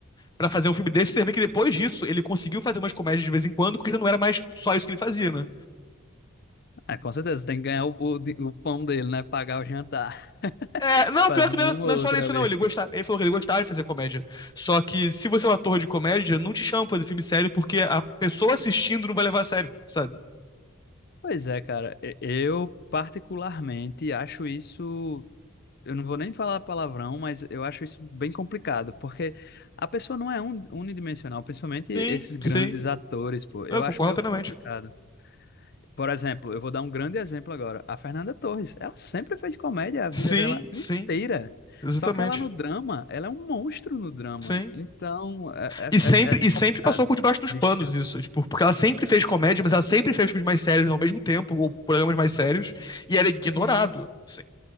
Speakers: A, on the left; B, on the left.
A: pra fazer um filme desse, você vê que depois disso ele conseguiu fazer umas comédias de vez em quando, porque não era mais só isso que ele fazia, né?
B: É, com certeza, tem que ganhar o, o, di- o pão dele, né? Pagar o jantar. <laughs>
A: É, não,
B: Fazer
A: pior que não,
B: um
A: era,
B: ou outro
A: não é só isso
B: ali.
A: não, ele gostava, ele falou que ele gostava de fazer comédia. Só que se você é um ator de comédia, não te chama pra fazer filme sério, porque a pessoa assistindo não vai levar a sério, sabe?
B: Pois é, cara. e- Eu particularmente acho isso. Eu não vou nem falar palavrão, mas eu acho isso bem complicado, porque a pessoa não é un- unidimensional, principalmente
A: Sim,
B: esses grandes
A: sim,
B: atores, pô. Eu
A: eu concordo
B: acho meio
A: plenamente.
B: complicado. Por exemplo, eu vou dar um grande exemplo agora. A Fernanda Torres, ela sempre fez comédia a vida
A: Sim,
B: dela
A: sim,
B: inteira.
A: exatamente,
B: Só que ela no drama, ela é um monstro no drama.
A: sim.
B: Então, é, é,
A: E sempre,
B: é
A: e
B: é é complicado.
A: sempre passou por debaixo dos
B: Deixa.
A: panos isso, tipo, porque ela sempre
B: Sim,
A: fez comédia, mas ela sempre fez filmes mais sérios ao mesmo tempo, ou programas mais sérios, e era ignorado.
B: sim.
A: Sim,